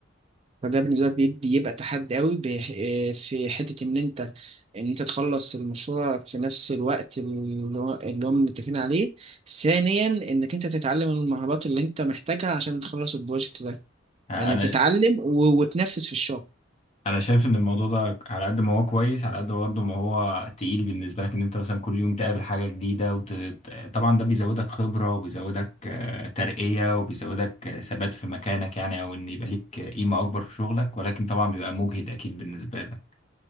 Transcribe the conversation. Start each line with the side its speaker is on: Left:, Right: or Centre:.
Right: فده بالنسبة لك بي- بيبقى تحدي قوي بيح- آه، في حتة ان انت ان انت تخلص المشروع في نفس الوقت اللي هو- اللي هم متفقين عليه ثانيا انك انت تتعلم المهارات اللي انت محتاجها عشان تخلص البروجكت ده.
Left: انا
Right: يعني بتتعلم و- وتنفذ في الشغل
Left: انا شايف ان الموضوع ده على قد ما هو كويس على قد برضه ما هو تقيل بالنسبه لك ان انت مثلا كل يوم تقابل حاجه جديده وت... طبعا ده بيزودك خبره وبيزودك آه، ترقيه وبيزودك آه، ثبات في مكانك يعني او ان يبقى ليك آه، قيمه اكبر في شغلك ولكن طبعا بيبقى مجهد اكيد بالنسبه لك